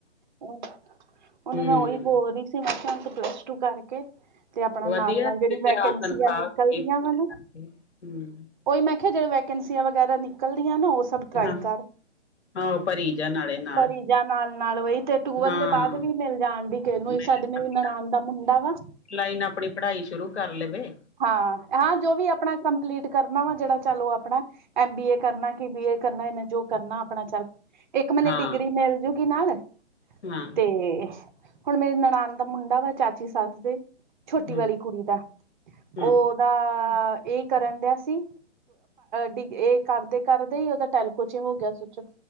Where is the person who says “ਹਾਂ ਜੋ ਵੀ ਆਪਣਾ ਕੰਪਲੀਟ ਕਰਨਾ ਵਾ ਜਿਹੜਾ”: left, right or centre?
Right